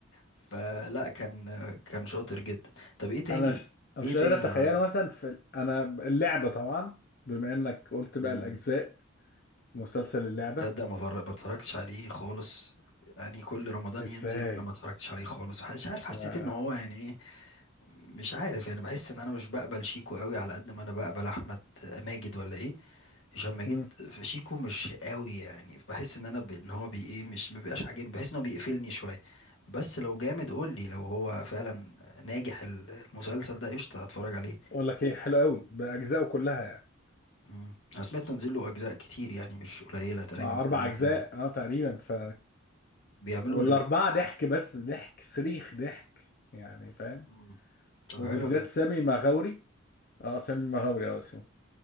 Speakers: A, on the left; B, on the left.
A: فلا كان كان شاطر جدا طب ايه تاني
B: انا ش... أنا
A: ايه
B: مش
A: تاني
B: قادر اتخيله
A: عربي
B: مثلا في ال- انا اللعبه طبعا بما انك قلت
A: مم،
B: بقى الاجزاء مسلسل اللعبه
A: تصدق ما فر- ما اتفرجتش عليه خالص يعني كل رمضان
B: ازاي
A: ينزل وانا ما اتفرجتش عليه خالص مش عارف حسيت
B: ف-
A: ان هو يعني ايه مش عارف يعني بحس ان انا مش بقبل شيكو قوي على قد ما انا بقبل احمد ماجد ولا ايه هشام ماجد
B: مم.
A: في شيكو مش قوي يعني بحس ان انا ب... ان هو بي ايه مش مبيبقاش عاجبني بحس ان هو بيقفلني شويه بس لو جامد قول لي لو هو فعلا ناجح ال- المسلسل ده قشطه هتفرج عليه
B: اقول لك ايه حلو قوي باجزائه كلها يعني
A: مم. انا سمعت نزل له اجزاء كتير يعني مش قليله تقريبا
B: مع
A: ثلاثه
B: اربع اجزاء اه تقريبا ف
A: بيعملوا
B: والاربعه
A: ال...
B: ضحك بس ضحك صريخ ضحك يعني فاهم
A: مم. طب
B: وبالذات
A: حلو جدا
B: سامي مغاوري اه سامي مغاوري اه اسمه